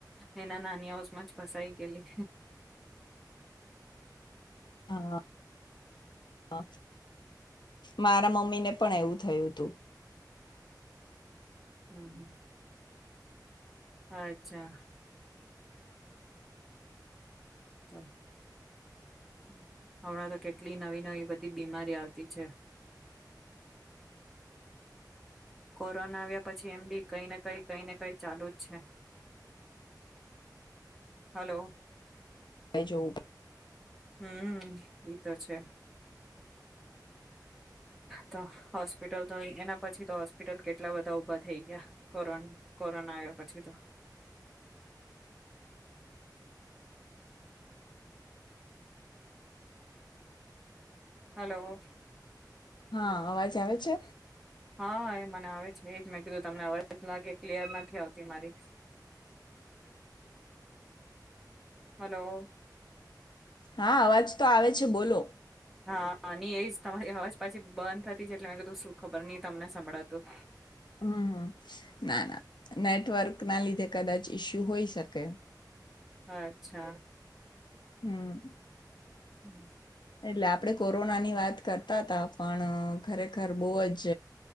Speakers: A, in the centre; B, on the left (about 85°).
A: એના નાની હાઉસમાં જ ફસાઈ ગયેલી.
B: હા હા, મારા મમ્મી ને પણ એવું થયું હતું.
A: હમ્મ, હમ્મ. અચ્છા. તો, હમણાં તો કેટલી નવી નવી બધી બીમારી આવતી છે. કોરોના આવ્યા પછી એમ બી કઈને કઈ કઈ ને કઈ ચાલુજ છે. હલો
B: હ જો.
A: હમ્મ, એ તો છે. તો હોસ્પિટલ તો એના પછી તો હોસ્પિટલ કેટલા બધા ઉભા થઈ ગ્યા, કોરો કોરોના આવ્યા પછી તો. હલો.
B: હા અવાજ આવે છે?
A: હા, એ મને આવે છે. એજ મેં કીધું તમને અવાજ લાગે ક્લિયર નથી આવતી મારી. હલો.
B: હા અવાજ તો આવે છે બોલો.
A: હા ની એજ તમારી અવાજ પાછી બંધ થતી છે એટલે મેં કીધું શું ખબર ની તમને સંભળાતું.
B: હમ હમ ના ના નેટવર્કના લીધે કદાચ ઇસ્યુ હોઈ શકે.
A: અચ્છા.
B: હમ.
A: હમ
B: એટલે આપડે કોરોના ની વાત કરતા ત પણ ખરેખર બહુ જ